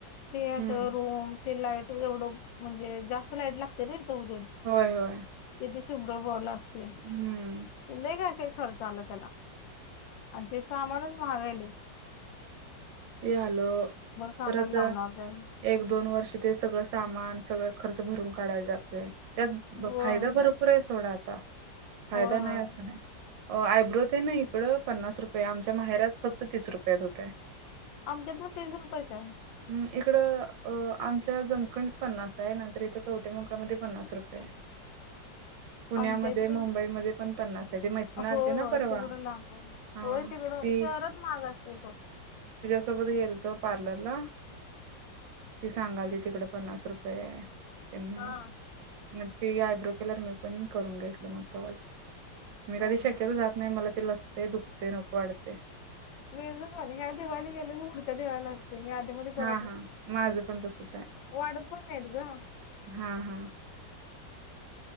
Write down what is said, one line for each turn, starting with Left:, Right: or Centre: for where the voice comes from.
Left: ते असं
Right: हम्म
Left: रोम ते लाईट एवढं म्हणजे जास्त लाईट लागते ना. जोड
Right: होय होय
Left: कद तुभ्र बोल अस तु नाही
Right: हम्म
Left: नाही का किती खर्च झाला त्याला आणि ते सामानच मगायले.
Right: ते आलं
Left: सामान
Right: परत
Left: लावणार त्याने
Right: एक दोन वर्ष थे सगळं सामान सगळ खर्च भरून काढयला जातोय. त्यात
Left: होय
Right: फायदा भरपूर आहे सोडत आता फायदा
Left: होय
Right: नाही
Left: होय
Right: असं नाही. आयब्रो ते ना इकडं पन्नास रुपये आमच्या माहेर्यात फक्त तीस रुपयात होत.
Left: आमच्यातून तीस रुपैसे आहे.
Right: इकड आमच्या जमखण पन्नास आहे. नंतर इथं कवटे मकळामध्ये पन्नास रुपये आहे. पुण्यामध्ये
Left: आमच्या इथ पण
Right: मुंबईमध्ये पण पन्नास आहे ती मैत्रीण आलती
Left: होय होय
Right: ना परवा
Left: तिकडं लांब आहे.
Right: हा
Left: होय तिकड
Right: ती
Left: शहरात माहागा सोड.
Right: सोबत गेलतो पार्लरला ती सांगाल त तिकड पन्नास रुपये है. त्यांना
Left: हा
Right: म त आयब्रो केल्यार मी पण करून घेतलं मग तेव्हाच. मी
Left: हा
Right: कधी शक्यतो जात नाही, मला ते लसते दुखते. ते नक वाढते.
Left: मेज पण ह्या दिवाळीली गेले की पुढच्या दिवाला ते मी आधी म करत
Right: हा
Left: नाही,
Right: हा माझं पण तसच आहे
Left: वाढत पण नाहीेत ग.
Right: हा हा